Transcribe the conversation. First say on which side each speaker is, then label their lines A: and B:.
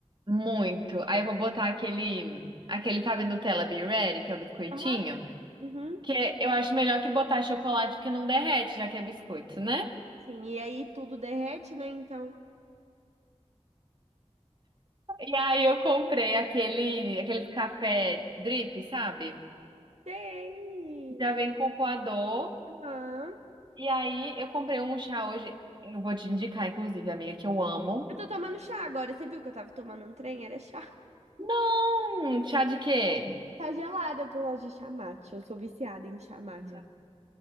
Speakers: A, on the right (about 40°); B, on the right (about 70°).
A: Muito. Aí eu vou botar aquele, aquele, sabe, Nutella Be Ready, que é o biscoitinho.
B: Aham. Uhum.
A: Que eu acho melhor que botar chocolate porque não derrete, já que é biscoito, né?
B: Sim, e aí tudo derrete, né? Então.
A: E aí eu comprei aquele, aqueles café drip, sabe?
B: Sei!
A: Já vem com coador.
B: Aham.
A: E aí eu comprei um chá hoje. Eu vou te indicar, inclusive, amiga, que eu amo.
B: Eu tô tomando chá agora. Você viu que eu tava tomando um trem? Era chá.
A: Não! Chá de quê?
B: Tá gelado, que eu gosto de chá mate. Eu sou viciada em chá mate.
A: Uhum.